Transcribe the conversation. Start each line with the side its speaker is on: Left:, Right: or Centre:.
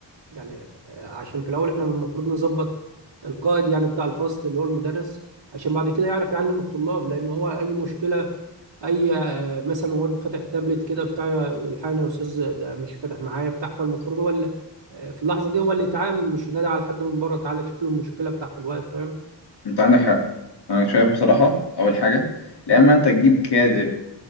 Right: يعني آه، عشان في الاول احنا المفروض نظبط القائد يعني بتاع الفصل اللي هو المدرس عشان بعد كده يعرف يعلم الطلاب لان هو اي مشكله اي آه، مثلا واد فاتح تابلت كده بتاع الحقني يا استاذ ده مش فاتح معايا بتاع فالمفروض هو اللي آه، في اللحظه دي هو اللي يتعامل مش ينادي على حد من بره تعالى شوف له المشكله بتاعت الواد فاهم
Left: انت عندك حق انا شايف بصراحه اول حاجه لما انت تجيب كادر